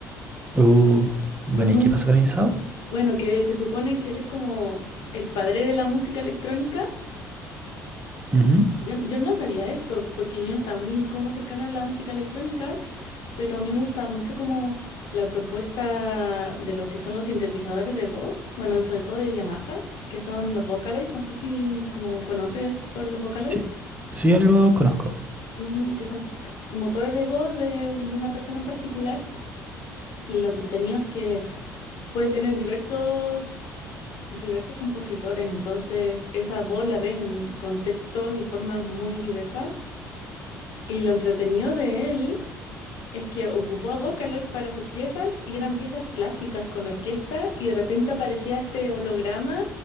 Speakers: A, on the right (about 15°); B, on the left (about 50°).
A: Uh, bueno,
B: Ujú.
A: ¿y qué pasó con el Isao?
B: Bueno, que se supone que él es como el padre de la música electrónica.
A: Ujú.
B: Yo, yo no sabía esto, porque yo no estaba muy como cercana a la música electrónica, pero a mí me gustaba mucho como la propuesta de lo que son los sintetizadores de voz, bueno, sobre todo de Yamaha, que son los Vocaloid, no sé si como conoces sobre los Vocaloid,
A: Sí, sí, algo conozco.
B: Ujú, que son motores de voz de, de una persona en particular, y lo entretenido es que puede tener diversos, diversos compositores, entonces esa voz la ves en contextos y formas muy diversas. Y lo entretenido de él es que ocupó a Vocaloid para sus piezas y eran piezas clásicas con orquesta y de repente aparecía este holograma